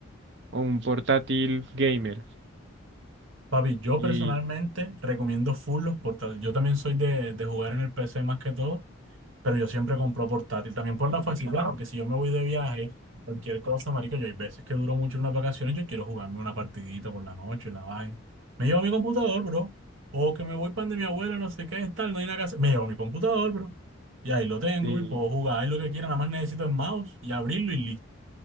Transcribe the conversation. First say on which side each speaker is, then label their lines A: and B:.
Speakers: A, on the right; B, on the right.
A: O un portátil gamer.
B: Papi, yo
A: Y
B: personalmente recomiendo full los portátiles. Yo también soy de, de jugar en el PC más que todo, pero yo siempre compro portátil. También por la facilidad, porque si yo me voy de viaje, cualquier cosa, marica, yo hay veces que duro mucho en las vacaciones, yo quiero jugarme una partidita por la noche, la vaina. Me llevo mi computador, bro. O que me voy para de mi abuela, no sé qué, tal, no hay nada que hacer. Me llevo mi computador, bro. Y ahí lo tengo
A: sí,
B: y puedo jugar ahí lo que quiera. Nada más necesito el mouse y abrirlo y listo.